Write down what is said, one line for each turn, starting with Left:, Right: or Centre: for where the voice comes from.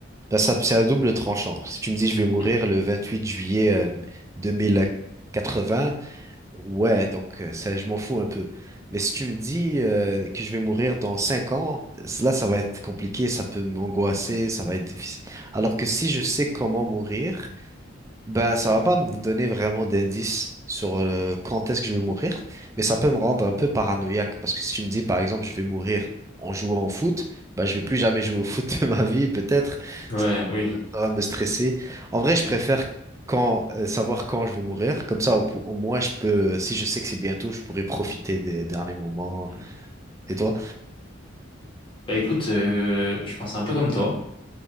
Right: Ben, ça- c'est à double tranchant. Si tu me dis je vais mourir
Left: Mm.
Right: le 28 juillet euh, 2080, ouais, donc euh, ça, je m'en fous un peu. Mais si tu me dis euh, que je vais mourir dans 5 ans, là, ça va être compliqué, ça peut m'angoisser,
Left: Ouais,
Right: ça va être difficile. Alors que si je sais comment mourir, ben ça va pas me donner vraiment d'indices sur euh, quand est-ce que je vais mourir, mais ça peut me rendre un peu paranoïaque parce que si tu me dis par
Left: Mm.
Right: exemple je vais mourir en jouant au foot, bah je vais plus jamais jouer au foot de ma vie peut-être.
Left: Ouais,
Right: Ça,
Left: oui.
Right: va me ça va me stresser. En vrai, je préfère quand euh, savoir quand je vais mourir, comme ça au, au moins je peux, euh, si je sais que c'est bientôt, je pourrais profiter des derniers moments.
Left: Mm.
Right: Et toi?
Left: Bah écoute, euh, je pense un peu comme toi.